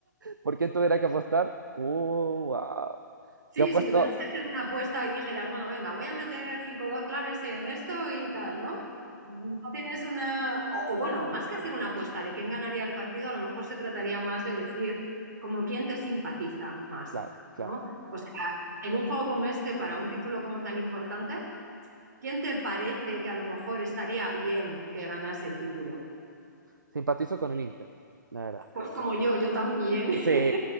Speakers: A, on the right; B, on the right.
A: ¿Por qué tuviera que apostar? Uh, wow.
B: Sí,
A: Yo apuesto,
B: si tuvieras que hacer una apuesta y dijeras, bueno, venga, voy a meter 5 dólares en esto y tal, ¿no? No tienes una... O, o bueno, más que hacer una apuesta de quién ganaría el partido, a lo mejor se trataría más de decir como quién te simpatiza más,
A: claro, claro.
B: ¿no? O sea, en un juego como este, para un título como tan importante, ¿quién te parece que a lo mejor estaría bien que ganase el título?
A: Simpatizo con el Inter, la verdad.
B: Pues como yo, yo también. <laughs>
A: Sí,